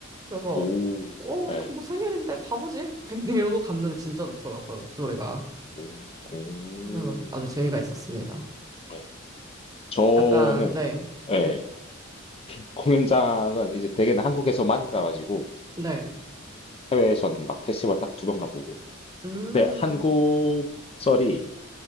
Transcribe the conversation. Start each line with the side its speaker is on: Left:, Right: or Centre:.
Right: 그래서
Left: 오,
Right: 어,
Left: 예,
Right: 그럼 뭐 생일인데 가보지? <laughs> 이러고 갔는데 진짜 좋더라고요, 노래가.
Left: 오, 오,
Right: 그래서 아주 재미가 있었습니다.
Left: 예. 저는,
Right: 약간 네,
Left: 예,
Right: 네,
Left: 공연장은 이제 대개는 한국에서만 가가지고
Right: 네,
Left: 해외에서는 막 페스티벌 딱 두 번 가보고.
Right: 음,
Left: 네 한국, 썰이